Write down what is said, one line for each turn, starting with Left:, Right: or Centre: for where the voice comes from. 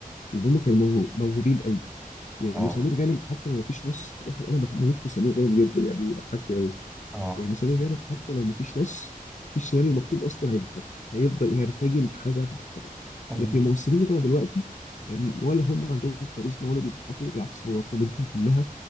Left: لأن هم كانوا موهو- موهوبين قوي يعني
Centre: اه
Left: سمير غانم حتى لو مفيش نص واحد انا بحب بموت في سمير غانم جدا يعني بيضحكني قوي
Centre: اه
Left: يعني سمير غانم حتى لو مفيش نص مفيش سيناريو مكتوب اصلا هيضحكك هيفضل يرتجل لحاجه تضحكك
Centre: أمم.
Left: لكن الممثلين بتوع دلوقتي أم، ولا هم عندهم كاريزما ولا بيضحكوا بالعكس هو كوميديتهم كلها